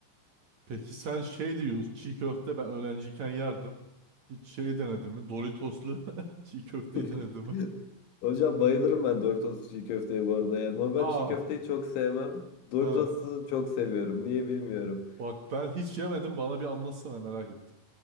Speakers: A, on the right; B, on the left.
A: Peki sen şey diyorsun, çiğ köfte ben öğrenciyken yerdim. Hiç şey denedin mi? Doritoslu <laughs> çiğ köfteyi
B: <laughs>
A: denedin mi?
B: Hocam bayılırım ben Doritos çiğ köfteye bu arada ya. Normal
A: Aa,
B: çiğ köfteyi çok sevmem. Doritos'u
A: ha.
B: çok seviyorum. Niye bilmiyorum.
A: Bak ben hiç yemedim. Bana bir anlatsana merak ettim.